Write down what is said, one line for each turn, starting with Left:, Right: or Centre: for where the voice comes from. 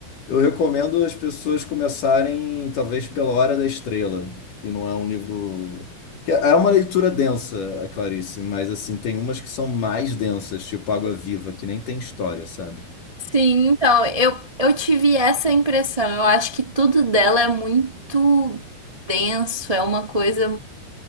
Left: eu recomendo as pessoas começarem, talvez, pela Hora da Estrela, que não é um livro. que É uma leitura densa, a Clarice, mas assim, tem umas que são mais densas, tipo Água Viva, que nem tem história, sabe?
Right: Sim, então, eu, eu tive essa impressão. Eu acho que tudo dela é muito denso, é uma coisa,